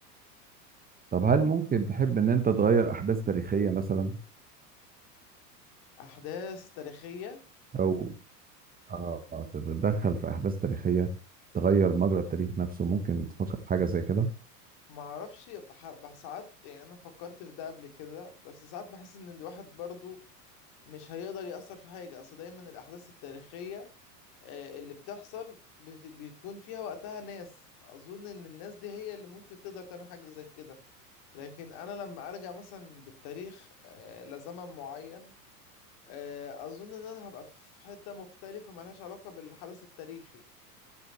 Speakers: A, on the right (about 20°); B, on the left (about 50°).
A: طب هل ممكن تحب ان انت تغير احداث تاريخية مثلا
B: أحداث تاريخية
A: او آه تتدخل في احداث تاريخية تغير مجرى التاريخ نفسه ممكن تفكر في حاجة زي كده
B: معرفش بح- بح- ساعات يعني أنا فكرت في ده قبل كده بس ساعات بحس إن الواحد برضو مش هيقدر يأثر في حاجة أصل دايما الأحداث التاريخية آه، اللي بتحصل بت- بيكون فيها وقتها ناس أظن إن الناس دي هي اللي ممكن تقدر تعمل حاجة زي كده لكن أنا لما أرجع مثلا بالتاريخ آه، لزمن معين آه، اظن ان انا هبقى في حتة مختلفة ملهاش علاقة بالحدث التاريخي